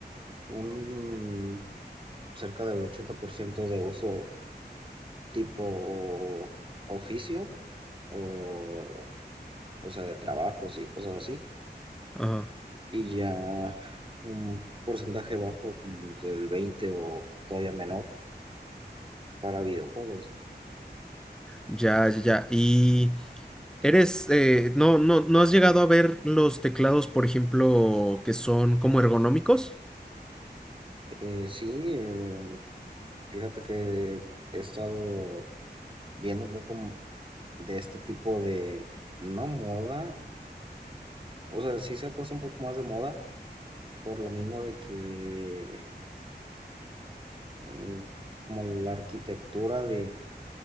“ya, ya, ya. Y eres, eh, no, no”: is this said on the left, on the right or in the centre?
Centre